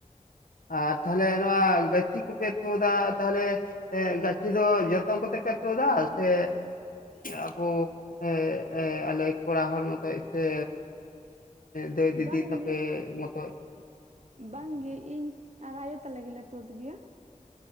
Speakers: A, on the left (about 80°); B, on the right (about 55°).
A: ᱟᱨ ᱛᱟᱦᱚᱞᱮ ᱱᱚᱣᱟ ᱜᱟᱹᱪᱷᱤ ᱠᱚᱯᱮ ᱛᱩᱫᱼᱟ ᱛᱟᱦᱚᱞᱮ ᱜᱟᱹᱪᱷᱤ ᱫᱚ ᱡᱚᱛᱚ ᱠᱚᱛᱮ ᱯᱮ ᱛᱩᱫᱟ ᱥᱮ ᱟᱵᱚ ᱥᱮ ᱮ ᱟᱞᱮ ᱠᱚᱲᱟ ᱦᱚᱲ ᱢᱚᱛᱚᱡ ᱥᱮ ᱫᱟᱹᱭ
B: ᱵᱟᱝᱜᱮ
A: ᱫᱤᱫᱤ ᱛᱟᱯᱮ ᱢᱚᱛᱚᱡ?
B: ᱵᱟᱝᱜᱮ, ᱤᱧ ᱟᱨ ᱟᱭᱳ ᱛᱟᱞᱮ ᱜᱮᱞᱮ ᱛᱩᱫ ᱜᱮᱭᱟ᱾